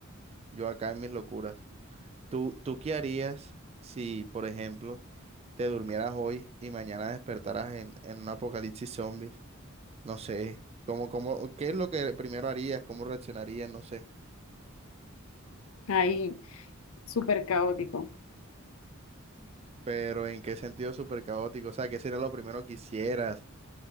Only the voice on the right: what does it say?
Yo acá en mis locuras. ¿Tú, tú qué harías si, por ejemplo, te durmieras hoy y mañana despertaras en, en un apocalipsis zombies? No sé, ¿cómo, cómo, qué es lo que primero harías? ¿Cómo reaccionarías? No sé.
Pero ¿en qué sentido súper caótico? O sea, ¿qué sería lo primero que hicieras?